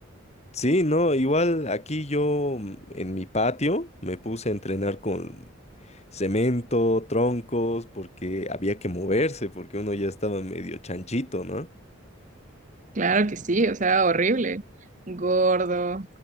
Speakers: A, on the left; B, on the right.
A: Sí, no, igual aquí yo mm, en mi patio me puse a entrenar con cemento, troncos, porque había que moverse, porque uno ya estaba medio chanchito, ¿no?
B: Claro que sí, o sea, horrible. Gordo,